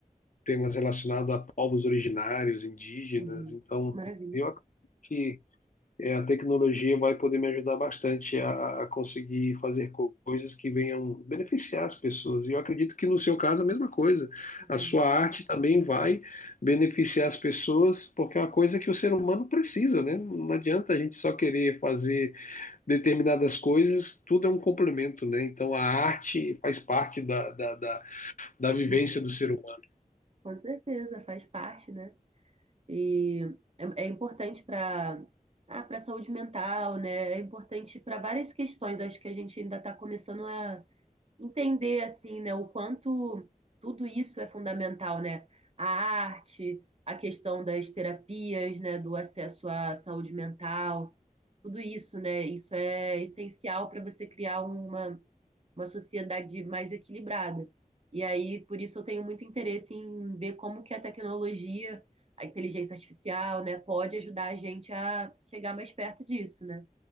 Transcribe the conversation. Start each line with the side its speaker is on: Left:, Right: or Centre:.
Left: temas relacionados a povos originários, indígenas.
Right: Uhum.
Left: Então,
Right: Maravilha.
Left: eu acredito que é, a tecnologia vai poder me ajudar bastante a, a conseguir fazer co- coisas que venham beneficiar as pessoas. E eu acredito que no seu caso a mesma coisa.
Right: Uhum,
Left: A sua arte também vai beneficiar as pessoas, porque é uma coisa que o ser humano precisa, né? Não adianta a gente só querer fazer determinadas coisas, tudo é um complemento, né? Então a arte faz parte da, da, da, da vivência
Right: uhum.
Left: do ser humano.
Right: Com certeza, faz parte, né? E é, é importante para ah, para saúde mental, né? É importante para várias questões. Acho que a gente ainda está começando a entender assim, né, o quanto tudo isso é fundamental, né? A arte, a questão das terapias, né, do acesso à saúde mental, tudo isso, né? Isso é essencial para você criar uma uma sociedade mais equilibrada. E aí, por isso, eu tenho muito interesse em ver como que a tecnologia, a inteligência artificial, né, pode ajudar a gente a chegar mais perto disso, né?